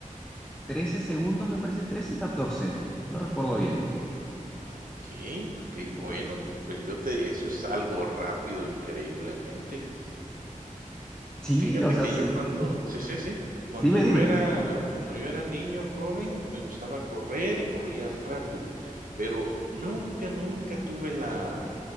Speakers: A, in the centre; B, on the right.
A: 13 segundos, me parece, 13, 14. no recuerdo bien.
B: Okey, okey, bueno,
A: Bueno,
B: pues yo te eso es algo rápido, increíblemente.
A: sí,
B: Y fíjate
A: o sea,
B: que
A: sí.
B: yo cuando sí, sí, sí, cuando
A: Dime,
B: yo
A: dime.
B: era cuando yo era niño joven, me gustaba correr y corría rápido, pero nunca, nunca tuve la